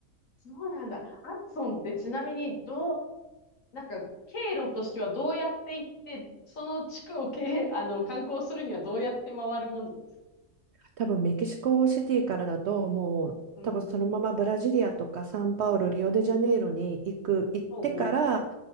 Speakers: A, on the left; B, on the right.
A: そうなんだ。アマゾンってちなみにどう、なんか経路としてはどうやって行って、その地区を経、あの、観光するにはどうやって回るもんなんですか
B: 多分メキシコシティからだともう多分そのままブラジリアとかサンパウロ、
A: うん。
B: リオデジャネイロに行く、行ってから
A: ほうほ